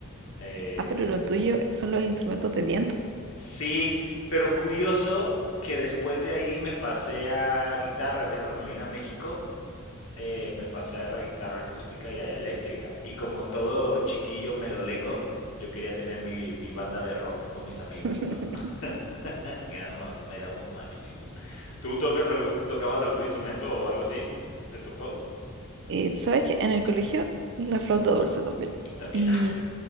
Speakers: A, on the left; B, on the right.
A: Eh,
B: Ah, pero lo tuyo son los instrumentos de viento.
A: sí, pero curioso que después de ahí me pasé a guitarras, ya cuando me vine a México. eh, me pasé a la guitarra acústica y a la eléctrica. Y como todo chiquillo me lo lengo, yo quería tener mi, mi banda de rock con mis amigos,
B: <laughs>
A: ¿no? que éramos, éramos malísimos. ¿Tú tocas algo, tocabas algún instrumento o algo así? ¿Te tocó?
B: Eh, sabes que en el colegio la flauta dulce también.
A: También.
B: Y,
A: <laughs>